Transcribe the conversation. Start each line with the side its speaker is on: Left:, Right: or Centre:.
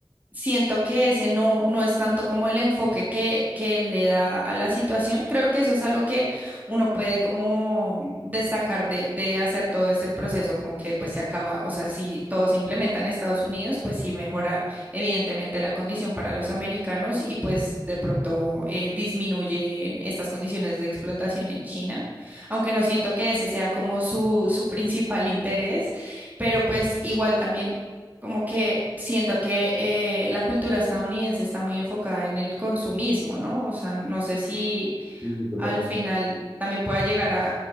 Right: siento que ese no, no es tanto como el enfoque que, que le da a la situación. Creo que eso es algo que uno puede como destacar de, de hacer todo este proceso, como que pues se acaba, o sea, si todo se implementa en Estados Unidos, pues sí mejora evidentemente la condición para los americanos y pues de pronto eh, disminuyen estas condiciones de explotación en China, aunque no siento que ese sea como su, su principal interés pero pues igual también como que siento que eh, la cultura estadounidense está muy enfocada en el consumismo, ¿no? O sea, no sé si
Centre: Sí, sí, total.
Right: al final también pueda llegar a,